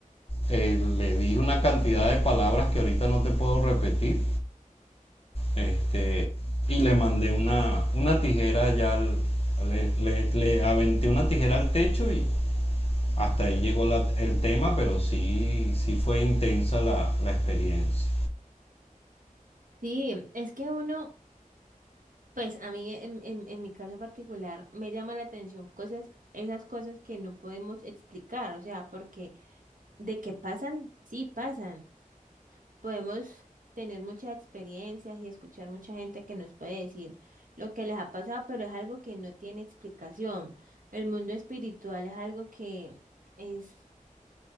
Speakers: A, on the left (about 45°); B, on the right (about 70°).
A: eh, le dije una cantidad de palabras que ahorita no te puedo repetir, este, y le mandé una, una tijera allá al- le, le- le aventé una tijera al techo y hasta ahí llegó la- el tema, pero sí, sí fue intensa la, la experiencia.
B: Sí, es que uno, pues a mí en, en, en mi caso particular me llama la atención cosas, esas cosas que no podemos explicar, o sea, porque de que pasan, sí pasan. podemos tener muchas experiencias y escuchar mucha gente que nos puede decir lo que les ha pasado, pero es algo que no tiene explicación. El mundo espiritual es algo que es